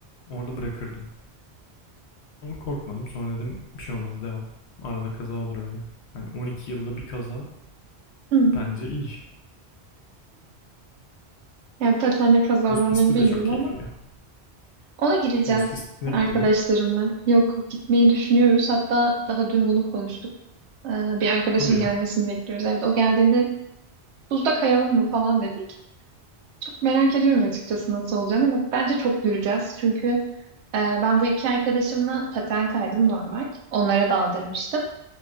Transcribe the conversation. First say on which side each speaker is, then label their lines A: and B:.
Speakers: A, on the left (about 75°); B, on the right (about 85°).
A: orada bırakırdım. Ama korkmadım. Sonra dedim bir şey olmaz devam. Arada kaza olur öyle. Hani 12 yılda bir kaza
B: Hı.
A: bence iyi.
B: Yani patenle kazalarını
A: Buz pisti
B: bilmiyorum
A: de çok keyifli
B: ama
A: ya.
B: ona gideceğiz
A: Buz pistine
B: arkadaşlarımla.
A: gittin mi?
B: Yok gitmeyi düşünüyoruz. Hatta daha dün bunu konuştuk. Ee, bir arkadaşım
A: Hadi ya.
B: gelmesini bekliyoruz. Evet, o geldiğinde buzda kayalım mı falan dedik. Merak ediyorum açıkçası nasıl olacağını ve bence çok güleceğiz. Çünkü e, ben bu iki arkadaşımla paten kaydım normal. Onlara daldırmıştım.